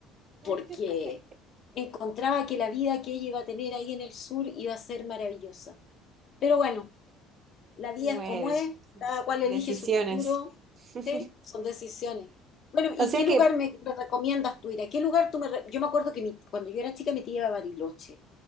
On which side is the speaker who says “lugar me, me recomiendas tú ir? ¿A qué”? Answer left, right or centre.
Left